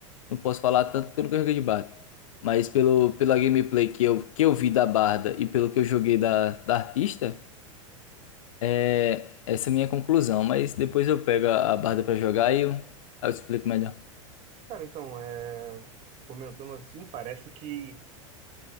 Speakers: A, on the left; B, on the right.
A: não posso falar tanto pelo que eu joguei de Barda. Mas pelo, pela gameplay que eu, que eu vi da Barda e pelo que eu joguei da, da artista, é, essa é a minha conclusão. Mas depois eu pego a, a Barda pra jogar e eu, aí eu explico melhor.
B: Cara, então, é... comentando assim, parece que.